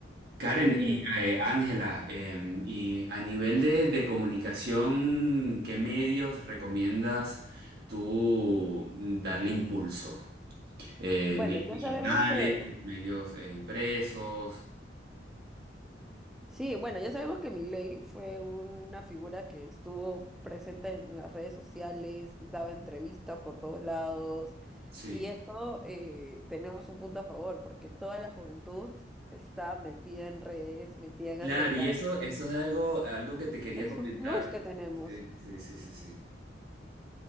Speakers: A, on the right; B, in the centre.
A: Karen
B: Sí.
A: y eh, Ángela, em, y a nivel de, de comunicación, ¿qué medios recomiendas tú darle impulso? eh,
B: Bueno,
A: medios
B: ya
A: digitales,
B: sabemos que
A: medios eh, impresos.
B: Sí, bueno, ya sabemos que Milei fue una figura que estuvo presente en las redes sociales, daba entrevistas por todos lados,
A: Sí.
B: y esto eh,
A: sí.
B: tenemos un punto a favor, porque toda la juventud está metida en redes, metida en
A: Claro,
B: el celular.
A: y eso, eso es algo, algo que te quería
B: Es
A: comentar.
B: un plus que tenemos.
A: Sí, sí, sí, sí, sí.